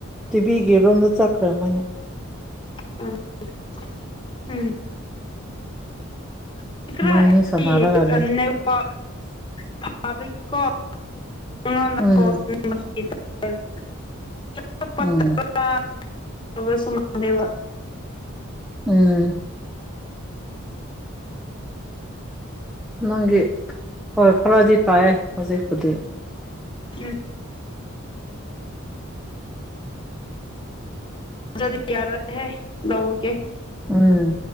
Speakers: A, in the centre; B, on the left.
A: ꯇꯤꯚꯤꯒꯤ ꯔꯨꯝꯗ ꯆꯠꯈ꯭ꯔ ꯃꯥꯅꯦ
B: INAUDIBLE UNINTELLIGIBLE
A: ꯃꯣꯏꯅꯤ ꯁꯥꯟꯅꯔꯒ ꯂꯩ
B: ꯊꯥꯕꯒꯤꯀꯣ ꯑꯩꯉꯣꯟꯗ
A: ꯎꯝ
B: ꯄꯥꯎ UNINTELLIGIBLE
A: ꯎꯝ
B: UNINTELLIGIBLE
A: ꯎꯪ ꯅꯪꯒꯤ ꯍꯣꯏ ꯈꯔꯥꯗꯤ ꯄꯥꯏꯌꯦ ꯍꯧꯖꯤꯛꯄꯨꯗꯤ
B: ꯎꯪ UNINTELLIGIBLE
A: ꯎꯪ